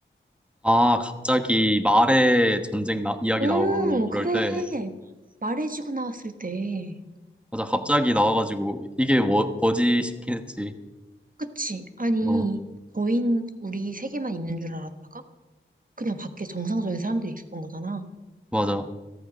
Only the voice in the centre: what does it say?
아, 갑자기 말에 전쟁 나, 이야기
나오고 그럴
때,
맞아, 갑자기 나와가지고 이게 뭐, 뭐지 싶긴 했지.
어,
맞아.